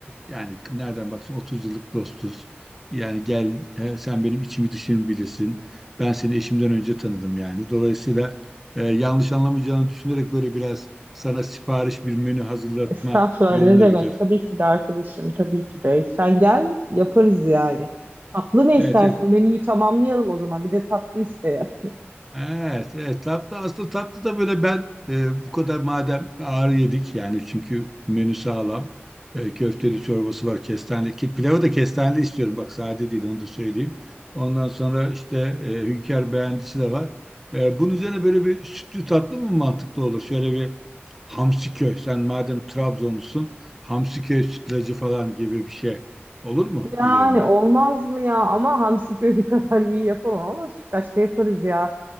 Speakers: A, in the centre; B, on the right.
A: yani nereden baksan 30 yıllık dostuz. Yani gel he, sen benim içimi dışımı bilirsin. Ben seni eşimden önce tanıdım yani. Dolayısıyla e, yanlış anlamayacağını düşünerek böyle biraz sana sipariş bir menü hazırlatma
B: Estağfurullah
A: yolunda
B: ne demek?
A: gidiyor.
B: Tabii ki de arkadaşım, tabii ki de. Sen gel yaparız yani. Tatlı ne
A: Evet
B: istersin?
A: evet
B: Menüyü tamamlayalım o zaman. Bir de tatlı isteye.
A: Evet, evet tatlı aslında tatlı da böyle ben e, bu kadar madem ağır yedik yani çünkü menü sağlam E, köfteli çorbası var kestane ki pilavı da kestaneli istiyorum bak sade değil onu da söyleyeyim ondan sonra işte e, hünkar beğendisi de var E, bunun üzerine böyle bir sütlü tatlı mı mantıklı olur şöyle bir Hamsiköy sen madem Trabzonlusun Hamsiköy sütlacı falan gibi bir şey olur mu
B: Yani
A: üzerine?
B: olmaz mı ya? Ama hamsi köri <laughs> kadar iyi yapamam ama sütlaçta yaparız ya.